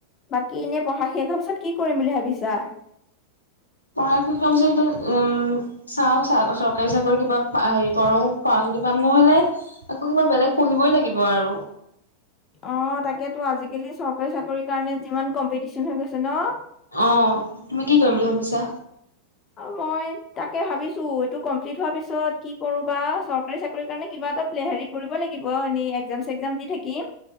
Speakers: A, on the left (about 30°); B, on the left (about 80°).
A: বাকী এনেই পঢ়া শেষ হোৱাৰ পিছত কি কৰিম বুলি ভাবিছা?
B: পঢ়া শেষ হোৱাৰ পিছত উম, চাও চৰকাৰী চাকৰি কিবা হেৰি কৰোঁ পা কুটি পাম নহ'লে আকৌ কিবা বেলেগ পঢ়িবই লাগিব আৰু
A: অ' তাকেইতো আজিকালি চৰকাৰী চাকৰি কাৰণে যিমান কম্পিটিচন হৈ গৈছে ন'?
B: অ'। তুমি কি কৰিম বুলি ভাবিছা?
A: অ মই তাকে ভাবিছোঁ, এইটো কমপ্লিট হোৱাৰ পিছত কি কৰোঁ বা চৰকাৰী চাকৰিৰ কাৰণে কিবা এটা প্লে হেৰি কৰিব লাগিব। কিব এক্সাম চেগজাম দি থাকিম।